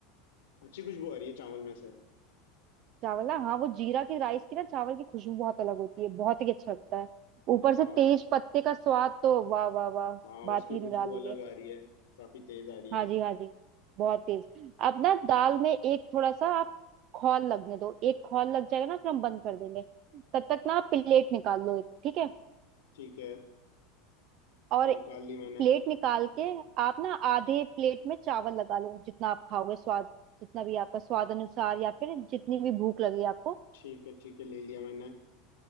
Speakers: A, on the left (about 75°); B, on the right (about 50°).
A: अच्छी खुशबू आ रही है चावल में से
B: चावल ना हाँ वो जीरा की राइस की ना चावल की खुशबू बहुत अलग होती है बहुत ही अच्छा लगता है ऊपर
A: हाँ
B: से तेज पत्ते का स्वाद तो वाह वाह वाह
A: हाँ
B: बात
A: उसकी
B: ही निराली
A: खुशबू अलग
B: है
A: आ रही है काफी तेज आ रही
B: हाँ
A: है
B: जी हाँ जी बहुत तेज अब ना दाल में एक थोड़ा सा आप खौल लगने दो एक खौल लग जाएगा ना फिर हम बंद कर देंगे तब तक ना आप प्लेट निकाल लो एक ठीक है
A: ठीक है
B: और
A: निकाल ली मैंने
B: प्लेट निकाल के आप ना आधे प्लेट में चावल लगा लो जितना आप खाओगे स्वाद जितना भी आपका स्वाद अनुसार या फिर जितनी भी भूख लगी आपको
A: ठीक है ठीक है ले लिया मैंने